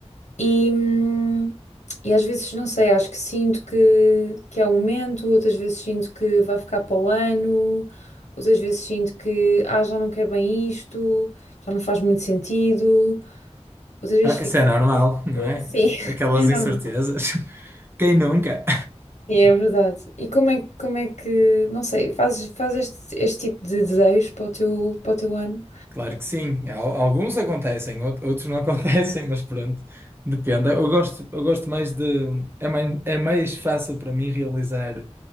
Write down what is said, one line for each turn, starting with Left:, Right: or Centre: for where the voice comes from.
Left: E, hum, e às vezes, não sei, acho que sinto que, que é o momento, outras vezes sinto que vai ficar para o ano, outras vezes sinto que, ah, já não quero bem isto, já não faz muito sentido. Outras vezes
Right: Ah,
Left: fico.
Right: isso é normal, não é?
Left: Sim. <laughs>
Right: Aquelas
Left: É normal.
Right: incertezas. <laughs> Quem nunca?
Left: Sim, é verdade. E como é, como é que, não sei, fazes, fazes este, este tipo de desejos para o teu, para o teu ano?
Right: Claro que sim. Al- Alguns acontecem, out- outros não <laughs> acontecem, mas pronto, depende. Eu gosto, eu gosto mais de. É mais, é mais fácil para mim realizar,